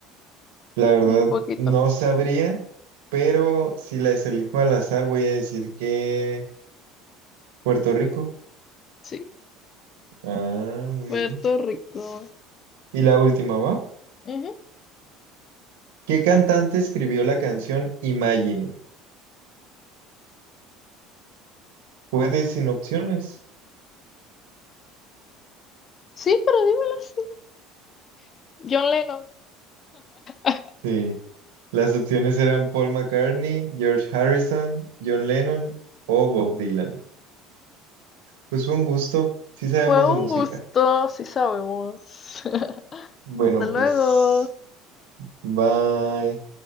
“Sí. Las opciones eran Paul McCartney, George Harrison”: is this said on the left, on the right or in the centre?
Right